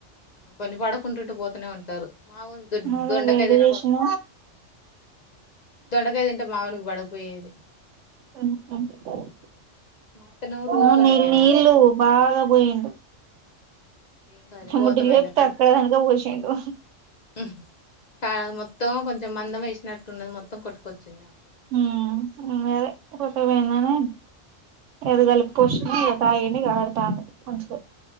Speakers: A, on the left; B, on the right.
A: కొన్ని పడకుంటుంటే పోతనే ఉంటారు మావో దొ
B: అదే
A: దొండక
B: వేడి
A: తిన
B: చేసిన
A: దొండకా తింటే మావునికి పడకపోయేది
B: ఉ హ్మ్
A: మా అత్తనేమో రోజు
B: ఆ
A: దొండకాయనే
B: నీళ్లు నీళ్లు
A: ఉంటది
B: బాగా పోయిండు
A: ఏం కాదులే పోతమేలే
B: ముడ్డిలేప్తే అక్కడ దానుక పోసిండు
A: హ్మ్ కాదు మొత్తం కొంచెం మందం వేసినట్టున్నది మొత్తం కొట్టుకొచ్చిందేమో
B: ఉమ్ గాదే దొడ్డికి పోయిండని గది కలుపుకొచ్చిన ఇగ తాగి న్ని ఆడతాండు మంచికే